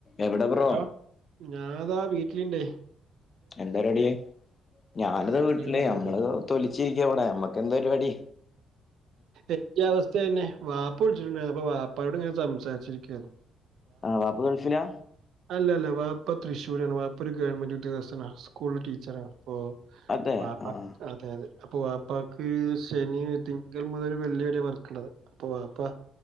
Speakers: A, on the left (about 30°); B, on the right (about 65°).
A: എവിടെ bro
B: hello ഞാനത വീട് ട്ടിണ്ടേ.
A: എന്താ റെഡിയെ ഞാനിതാ
B: ഞാൻ
A: വീട്ടില്
B: ശരി
A: നമ്മളത്‌
B: ശരി.
A: തൊലി ച്ചിരിക്കവടെ നമ്മക് എന്താ പരിപാടി
B: എനിക്ക് അവസ്ഥ തന്നെ വാപ്പ വിളിച്ചിട്ടുണ്ടാരുന്നു അപ്പ വാപ്പായോട് ഇങ്ങനെ സംസാരിച്ചിരിക്കുവായിരുന്നു.
A: ആ വാപ്പ ഗൾഫിലാ
B: അല്ല അല്ല വാപ്പ തൃശ്ശൂരാണ്, വാപ്പ ഒരു ഗവൺമെന്റ് ഉദ്യോഗസ്ഥനാ, സ്കൂളിലെ ടീച്ചറാണ്. ഓ
A: അതെ
B: വാപ്പ
A: ആ ആ
B: അതെ അതെ അപ്പോ വാപ്പാക്ക് ശെനി തിങ്കൾ മുതൽ വെള്ളി വരെ വർക്കിള്ളത്, അപ്പോ വാപ്പാ